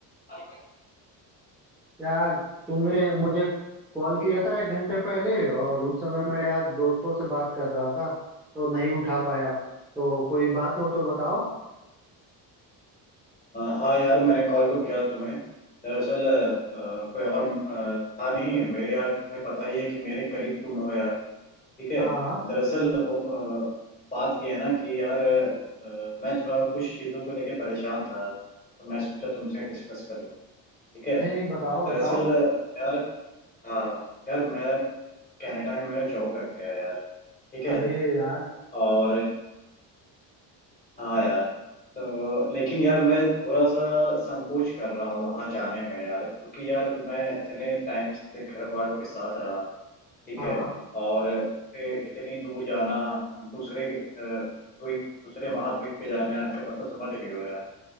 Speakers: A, on the left (about 20°); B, in the centre.
A: अ,
B: यार तुमने मुझे कॉल किया था एक घंटे पहले और उस समय मैं यार दोस्तों से बात कर रहा था तो नहीं उठा पाया तो कोई बात हो तो बताओ
A: हाँ यार मैंने कॉल तो किया था तुम्हें दरअसल अ, कोई और अ, था नहीं मेरे यार तुम्हें पता ही है कि मेरे करीब तुम हो यार ठीक है
B: हाँ हाँ
A: दरअसल हो अ, बात ये है ना कि यार अ, मैं थोड़ा कुछ चीज़ों को लेके परेशान था तो मैं सोचा तुमसे डिस्कस कर लूँ ठीक है
B: नहीं नहीं बताओ
A: दरअसल
B: बताओ
A: यार हाँ यार मेरा कनाडा में मेरा जॉब लग गया है यार ठीक है
B: अरे यार
A: और हाँ यार तो लेकिन यार मैं थोड़ा सा संकोच कर रहा हूँ वहां जाने में यार क्योंकि यार मैं इतने टाइम से घर वालों के साथ रहा ठीक
B: हाँ
A: है और से इतनी दूर जाना दूसरे अ, द्वीप दूसरे महाद्वीप पे जाना का मतलब समझ रही हो यार